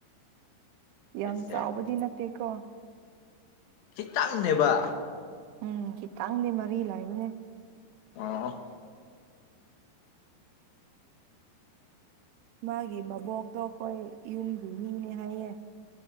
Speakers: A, on the right (about 80°); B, on the left (about 80°).
A: ꯌꯥꯝ
B: ꯁꯦ
A: ꯆꯥꯎꯕꯗꯤ ꯅꯠꯇꯦꯀꯣ
B: ꯈꯤꯇꯪꯅꯦꯕ
A: ꯎꯝ ꯈꯤꯇꯪꯗꯤ ꯃꯔꯤ ꯂꯩꯕꯅꯦ
B: ꯑꯣ
A: ꯃꯥꯒꯤ ꯃꯕꯣꯛꯇꯣ ꯑꯩꯈꯣꯏ ꯌꯨꯝꯒꯤ ꯃꯤꯅꯦ ꯍꯥꯏꯌꯦ